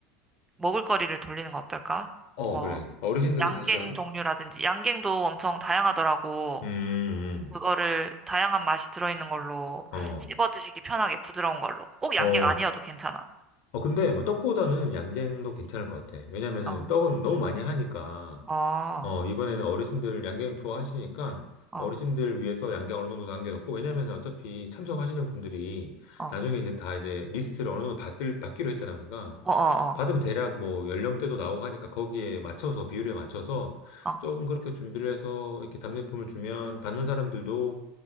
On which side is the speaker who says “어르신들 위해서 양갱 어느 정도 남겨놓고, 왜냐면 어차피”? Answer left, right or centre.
Left